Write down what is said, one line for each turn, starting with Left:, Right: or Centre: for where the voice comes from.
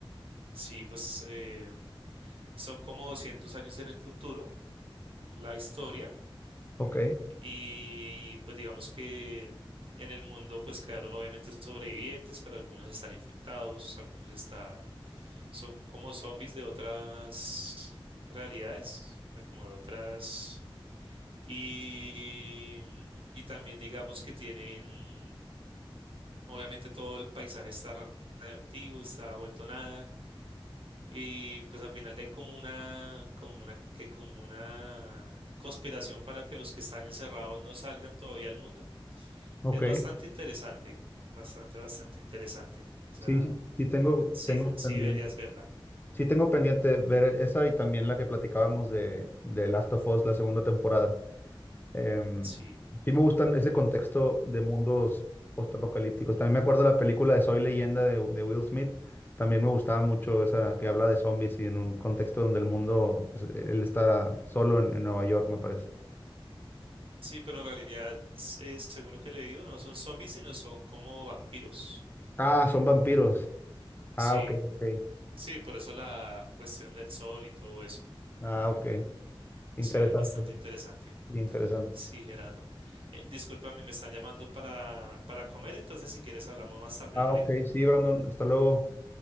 Right: sí, pues eh, son como 200 años en el futuro la historia
Left: ok,
Right: y pues digamos que en el mundo pues quedaron obviamente sobrevivientes, pero algunos están infectados, algunos están, son como zombies de otras realidades, o sea, como de otras y, y también digamos que tienen, obviamente todo el paisaje está radioactivo, está vuelto nada. Y pues al final hay como una, como una, que como una conspiración para que los que están encerrados no salgan todavía al mundo.
Left: ok.
Right: Es bastante interesante, bastante, bastante interesante. O sea,
Left: Sí, sí sí tengo,
Right: sí,
Left: tengo
Right: sí
Left: pendiente.
Right: deberías verla.
Left: Sí tengo pendiente ver esa y también la que platicábamos de, de Last of Us, la segunda temporada. Em,
Right: Sí,
Left: sí me gustan ese contexto de mundos postapocalípticos. También me acuerdo de la película de Soy Leyenda de, de Will Smith. También me gustaba mucho esa que habla de zombies y en un contexto donde el mundo, pues, e, él está solo en, en Nueva York, me parece.
Right: sí, pero en realidad, eh, según lo que le digo, no son zombies, sino son como vampiros.
Left: Ah, son vampiros. Ah,
Right: Sí,
Left: ok, ok.
Right: sí, por eso la cuestión del sol y todo eso.
Left: Ah, ok. Interesante,
Right: Sí, es bastante interesante.
Left: sí, interesante.
Right: Sí, Gerardo. Eh, discúlpame, me están llamando para, para comer, entonces si quieres hablamos más tarde,
Left: Ah,
Right: ¿vale?
Left: ok, sí, Brandon. Hasta luego.